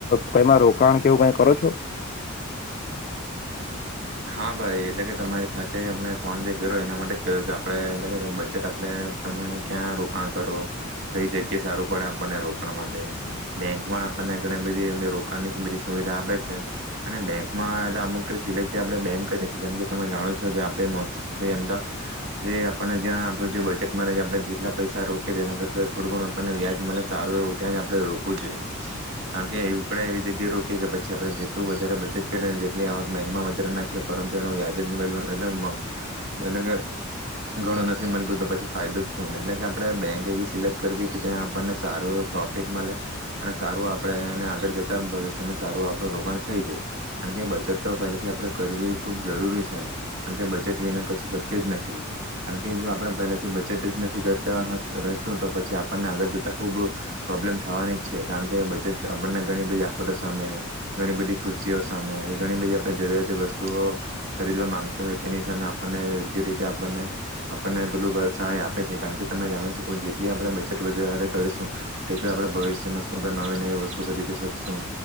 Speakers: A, on the left; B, on the right.
A: કમાં રોકાણ કેવું કઈ કરો છો?
B: હા ભાઈ એટલે કે તમારી સાથે અમને ફોન જે કર્યો એના માટે જ કહ્યું કે આપે એટલે બજેટ આપણે તમે ક્યાં રોકાણ કરો કઈ જગ્યા સારું પડે આપણને રોકાણ માટે બેંકમાં આપણને ઘણી બધી એ રોકાણની બધી સુવિધા આપે છે અને બેંકમાં એટલે અમુક સિલેક આપ બેંક કરીી જેમ કે તમે જાણો છો કે આપણે મોસ્ટલી એમ આપને જ્યાં આપ જે બજેટમાં આપણે જેટલા પૈસા રોકીએ તેના કરતા થોડું ઘણું આપણને વ્યાજ સારું એવું ત્યાં જ આપણે રોકવું જોઈએ કારણ કે એવી જગ્યાએ રોકીએ કે પછી આપણે જેટલું વધારે બચેત કરીએ જેટલી બેંકમાં નાખએ પરંતુ એ વ્યાજલ એ એટલે કે ઘણું નથી મળતું તો પછી ફાયદો જ શું એટલે કે આપણે બેંક એવી સિલેક્ટ કરવી કે ત્યાં આપણને સારું એવું પ્રોફિટ મળે અને સારું આપણે એને આગળ જતા ભવિષ્યમાં સારું આપણું રોકાણ થઈ જાય કારણ કે બચત તો પહેલાથી આપ કરવી ખુબ જરૂરી છે કારણ કે બચેટ વિના કશું શક્ય જ નથી કારણ કે જો આપણે પહેલાથી બચેટ જ નથી કરતા રહેશું તો પછી આપણને આગળ જતાં ખુબ પ્રોબ્લેમ થવાની જ છે કારણ કે બચેત આપણને ઘણી બધી આફતો સામે ઘણી બધી ખુશીઓ સામે કે ઘણી બધી આપણે જરૂરિયાતી વસ્તુ ખરીદવા માંગતો હોય તેની સામે આપણને યોગ્ય રીતે આપણને આપણને પેલું સહાય આપે છે કારણ કે તમે જાણો છો કે જેટલી આપણે બચત વધારે કરીશું તેટલ આપણે ભવિષ્યમાં નવી નવી વસ્તુ ખરીદી શકશું